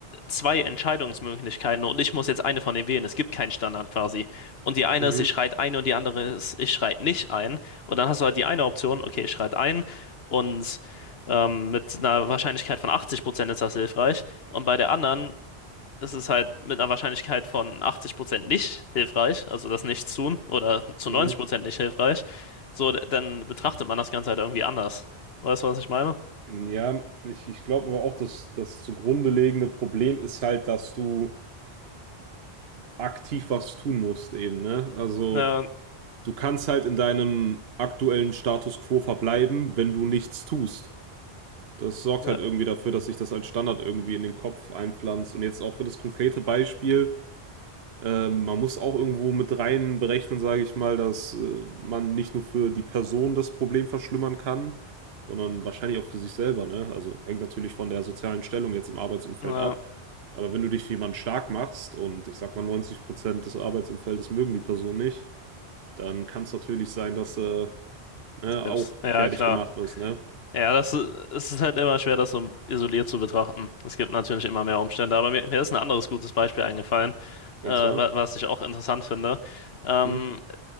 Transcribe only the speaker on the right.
Mhm.
Mhm.
Ja, ich, ich glaube aber auch, dass das zugrunde liegende Problem ist halt, dass du aktiv was tun musst eben, ne? Also
du kannst halt in deinem aktuellen Status quo verbleiben, wenn du nichts tust. Das sorgt
halt irgendwie dafür, dass sich das als Standard irgendwie in den Kopf einpflanzt. Und jetzt auch für das konkrete Beispiel, Ähm, man muss auch irgendwo mit rein berechnen, sage ich mal, dass äh, man nicht nur für die Person das Problem verschlimmern kann, sondern wahrscheinlich auch für sich selber. Ne? Also hängt natürlich von der sozialen Stellung jetzt im Arbeitsumfeld
ab. Aber wenn du dich für jemanden stark machst und ich sag mal 90% des Arbeitsumfeldes mögen die Person nicht, dann kann es natürlich sein, dass äh, ne,
auch
fertig
gemacht wirst. Ne?
Und
zwar?
Mhm.